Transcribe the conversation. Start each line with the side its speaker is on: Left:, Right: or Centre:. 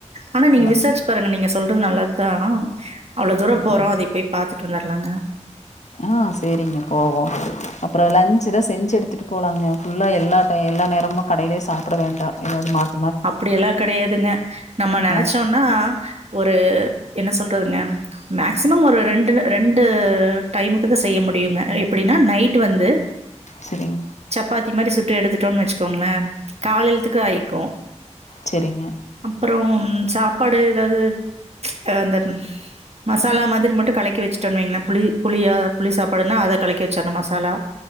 Right: ஆனா நீங்க
Left: சரி.
Right: விசார்ச் பாருங்க நீங்க சொல்றது நல்லத்தா அவ்ளோ தூரோ
Left: ம்.
Right: போரோ அதையு போய் பாத்துட்டு வந்துர்லாங்க
Left: ஆ சேரிங்க போவோ அப்புறோ லஞ்ச்தா செஞ்சு எடுத்துட்டு போகலாங்க ஃபுல்லா எல்லா டை எல்லா நேரமு கடைலே சாப்புட வேண்டா எதாவ்து மாத்
Right: அப்டி எல்லாம் கடையாதுங்க நம்ம நெனச்சோன்னா
Left: ஆ
Right: ஒரு என்ன சொல்றதுங்க மேக்சிமம் ஒரு ரெண்டு ரெண்டு டைமுக்கு தா செய்ய முடியுங்க எப்புடின்னா நைட் வந்து
Left: செரிங்
Right: சப்பாத்தி மாரி சுட்டு எடுத்துட்டோன் வச்சுக்கோங்ளே காலேல்த்துக் ஆயிக்கு
Left: செரிங்க
Right: அப்புறோ சாப்பாடு எதாது அந்த மசாலா மாதிரி மட்டு கலக்கி வச்சிட்டோன் வைங்ளே புளி புளியா புளி சாப்பாடுனா அத கலக்கி வச்சற்ணு மசாலா